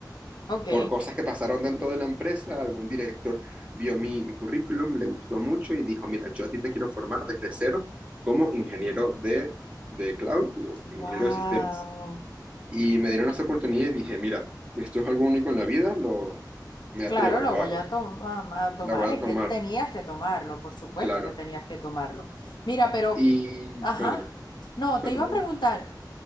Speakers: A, on the left; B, on the right.
A: ok.
B: Por cosas que pasaron dentro de la empresa, algún director vio mi, mi currículum, le gustó mucho y dijo, mira, yo a ti te quiero formar desde cero como ingeniero de, de cloud, o
A: Wow.
B: ingeniero de sistemas. Y me dieron esa oportunidad y dije, mira, esto es algo único en la vida, lo, me
A: Claro,
B: atrevo,
A: lo
B: lo
A: voy
B: hago,
A: a, to- a- a tomar,
B: la voy a
A: es
B: tomar,
A: que tenías que tomarlo, por supuesto
B: claro.
A: que tenías que tomarlo. Mira, pero,
B: Y
A: ajá,
B: cuéntame,
A: no,
B: cuéntame,
A: te iba a
B: cuéntame.
A: preguntar,